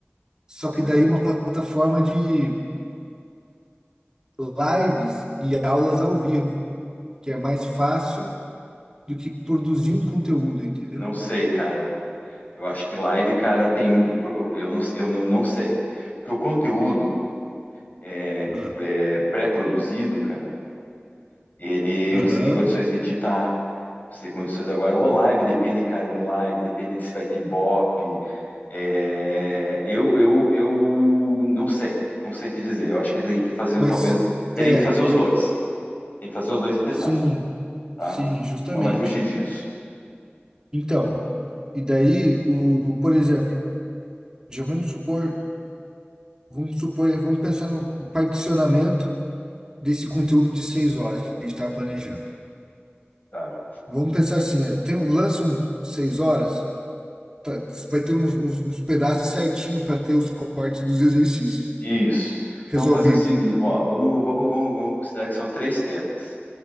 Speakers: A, on the right (about 20°); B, on the left (about 45°).
A: só
B: Quer
A: que
B: dizer,
A: daí uma plataforma de lives e aulas ao vivo, que é mais fácil do que produzir um conteúdo, entendeu?
B: Não sei, cara. Eu acho que live, cara, tem. Eu não, eu não não sei. Porque o conteúdo é,
A: Ah,
B: é pré-produzido, cara, ele
A: Aham.
B: você tem condições de editar, você tem condições agora. Ou live, depende, cara, de live, depende de se vai ter ibope. É, eu, eu, eu não sei, não sei te dizer. Eu acho que tem que fazer,
A: Mas
B: talvez. Teria
A: é,
B: que fazer os dois. Tem que fazer os dois e testar,
A: sim,
B: tá?
A: sim, justamente.
B: Não vai fugir disso,
A: Então, e daí o, por exemplo, já vamos supor, vamos supor, vamos pensar no particionamento desse conteúdo de seis horas que a gente estava planejando.
B: tá?
A: Vamos pensar assim, é, tem, lança um seis horas, tá- vai ter uns, uns- uns pedaços certinho para ter os cortes dos exercícios
B: Isso.
A: resolvidos.
B: Então, vamos fazer o seguinte, ó, vamos, vamos, vamos, vamos considerar que são três temas.